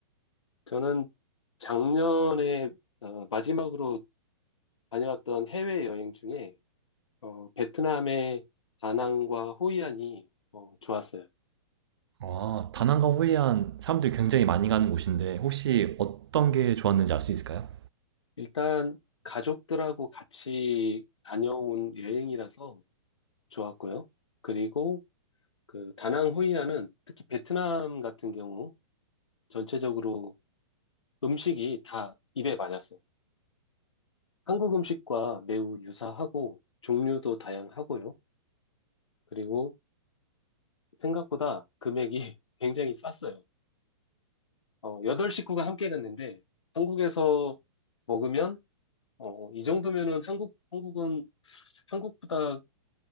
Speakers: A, on the left (about 75°); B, on the right (about 55°).
A: 저는 작년에 어, 마지막으로 다녀왔던 해외여행 중에 어, 베트남의 다낭과 호이안이 어, 좋았어요.
B: 아, 다낭과 호이안 사람들이 굉장히 많이 가는 곳인데 혹시 어떤 게 좋았는지 알 수 있을까요?
A: 일단 가족들하고 같이 다녀온 여행이라서 좋았고요. 그리고 그 다낭 호이안은 특히 베트남 같은 경우 전체적으로 음식이 다 입에 맞았어요. 한국 음식과 매우 유사하고 종류도 다양하고요. 그리고 생각보다 금액이 <laughs> 굉장히 쌌어요. 어, 8 식구가 함께 갔는데 한국에서 먹으면 어, 이 정도면은 한국, 한국은 한국보다